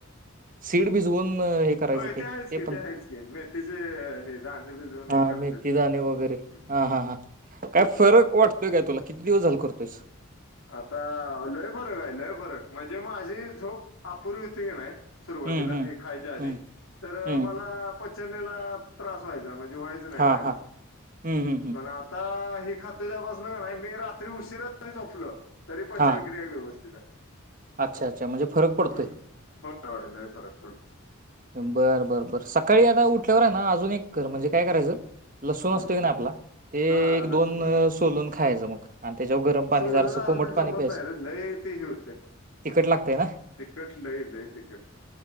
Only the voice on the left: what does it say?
होय
आहेच की
आहेच की मेथीचे हे दाणे भिजवून हे
करतेच.
हम्म,
करते
आता लय फरक आहे लय फरक म्हणजे माझी झोप अपूर्वीती की नाही. सुरुवातीला
हे खायच्या आधी
तर
मला पचनीला <unintelligible> त्रास व्हायचा म्हणजे व्हायचं नाही
टायमावर
पण आता हे खातो त्यापासन नाही मी रात्री उशीरा जरी झोपल तरी पचनक्रिया
व्यवस्थित आहे.
हम्म होय होय नाही फरक पड
हम्म
हा
लसण लसण
सोलून
आर
ते
जमत
नाही रे लय ते हे होते
तिखट लय लय तिखट